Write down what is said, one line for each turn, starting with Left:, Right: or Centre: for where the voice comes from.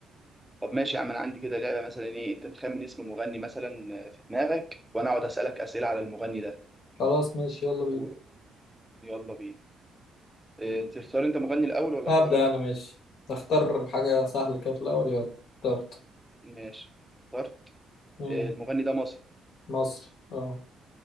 Centre: طب ماشي يا عم انا عندي كده لعبة مثلا ايه انت تخمن اسم مغني مثلا آه، في دماغك وانا اقعد اسألك اسئلة على المغني ده
Left: خلاص ماشي يلا بينا
Centre: و- يلا بينا آه، تختار انت مغني الاول ولا
Left: هبدا
Centre: اختار انا؟
Left: انا ماشي اختار حاجه سهله كده في الاول يلا اخترت
Centre: ماشي اخترت
Left: مم.
Centre: آه، المغني ده مصري
Left: مصر اه